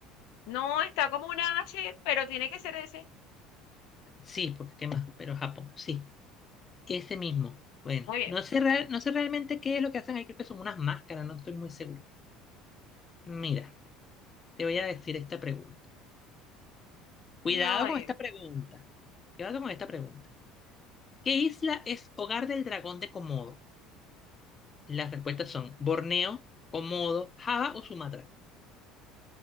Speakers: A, on the left (about 75°); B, on the left (about 25°).
A: No, está como una H, pero tiene que ser ese.
B: Sí, porque qué más, pero Japón, sí. Ese mismo. Bueno,
A: Muy bien.
B: no sé, real- no sé realmente qué es lo que hacen ahí, creo que son unas máscaras, no estoy muy seguro. Mira, te voy a decir esta pregunta. Cuidado
A: No, eh,
B: con esta pregunta. Cuidado con esta pregunta. ¿Qué isla es hogar del dragón de Komodo? Las respuestas son Borneo, Komodo, Java o Sumatra.